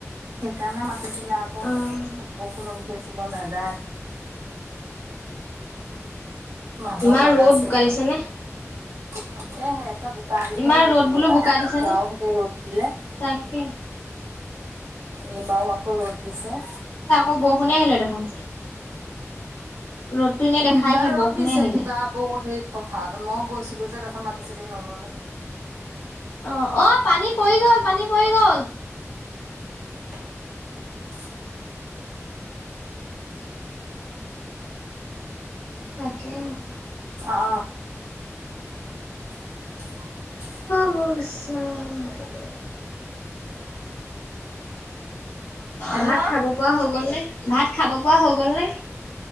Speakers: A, on the right; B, on the left.
A: সেইকাৰণে মাতিছো। যা আকৌ
B: অ',
A: বৌক লগত ধৈছিলো নাযায় মানুহ
B: ইমান
A: লগাইছে।
B: ৰ'দ বোকা দিছেনে
A: তাকে সিহঁতৰ বোকা দিনেই
B: ইমান
A: ৰ'দ দিয়ে
B: বোলো
A: বা
B: বোকা দিছেনে
A: যাও সিহতে ৰ'দ দিলে
B: তাকে
A: এইবাৰও আকৌ ৰ'দ দিছে।
B: অ বৰষুণেই আহিলে দেখোন ৰ'দটো এনেই দেখাই
A: কিবা
B: আহে
A: ৰ'দ
B: বৰষুণে
A: দিছে
B: আহি
A: কিবা
B: যায়
A: বৌ সেই পথাৰত মই গৈছিলো যে তাৰপছত মাটি চাতি নোৰুলে
B: অ অ পানী পৰি গ'ল পানী পৰি গল
A: উম
B: তাকে
A: অ <unintelligible>
B: পছ <unintelligible> অহ
A: হেল্ল'
B: ভাত খাব পৰা হৈ গ'ল নে? ভাত খাব পৰা হৈ গ'ল নে?